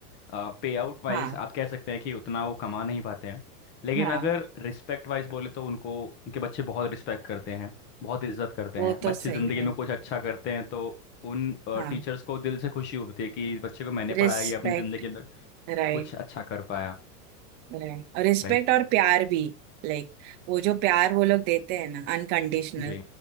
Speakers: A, on the left (about 25°); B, on the right (about 20°).
A: पे आउट वाइज
B: हाँ
A: आप कह सकते हैं कि उतना वो कमा नहीं पाते हैं लेकिन
B: हाँ
A: अगर रिस्पेक्ट वाइज बोले तो उनको उनके बच्चे बहुत रिस्पेक्ट करते हैं बहुत इज्जत करते
B: वो
A: हैं
B: तो
A: बच्चे
B: सही
A: जिंदगी
B: है
A: में कुछ अच्छा करते हैं तो उन
B: हाँ
A: टीचर्स को दिल से खुशी होती है कि बच्चे को मैंने पढ़ाया
B: रिस्पेक्ट
A: ये अपनी जिंदगी में
B: Right
A: कुछ अच्छा कर पाया
B: right और रिस्पेक्ट
A: राइट
B: और प्यार भी लाइक वो जो प्यार वो लोग देते हैं ना अनकंडीशनल
A: जी